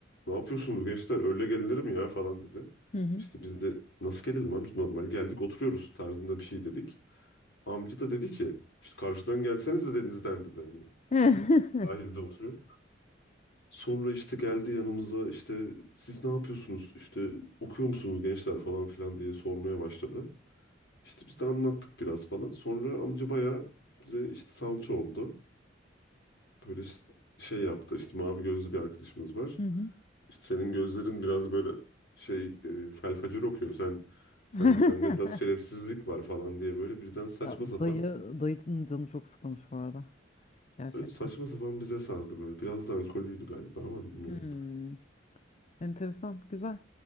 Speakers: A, on the left; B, on the left.
A: Ne yapıyorsunuz gençler? Öyle gelinir mi ya falan dedi.
B: Hı hı.
A: İşte biz de nasıl gelelim amca normal geldik oturuyoruz tarzında bir şey dedik. Amca da dedi ki işte karşıdan gelseniz de denizden dedi. hani.
B: <laughs>
A: Sahilde oturuyor. Sonra işte geldi yanımıza işte siz ne yapıyorsunuz işte okuyor musunuz gençler falan filan diye sormaya başladı. İşte biz de anlattık biraz falan. Sonra amca bayağı bize işte salça oldu. Böyle ş- şey yaptı işte mavi gözlü bir arkadaşımız var.
B: Hı hı.
A: İşte senin gözlerin biraz böyle şey e, felfacer okuyor. Sen sen
B: <laughs>
A: sende biraz şerefsizlik var falan diye böyle birden saçma
B: Ya
A: sapan
B: dayı, dayının canı çok sıkılmış bu arada. Gerçekten.
A: öyle saçma sapan bize sardı böyle. Biraz da alkollüydü galiba ama bilmiyorum.
B: Hmm. Enteresan, güzel.